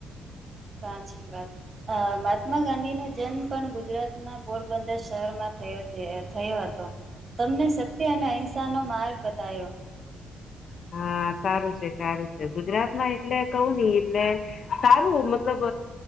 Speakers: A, on the right; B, on the left.
A: <unintelligible> <inaudible> સાચી વાત મહાત્મા ગાંધી નો જન્મ પણ ગુજરાત ના પોરબંદર શહેરમાં થયો હતો તમને સત્ય અને અહિંસા નો માર્ગ બતાયો.
B: હા સારું છે, સારું છે ગુજરાતમાં એટલે કવું નહ એટલે સારું મતલબ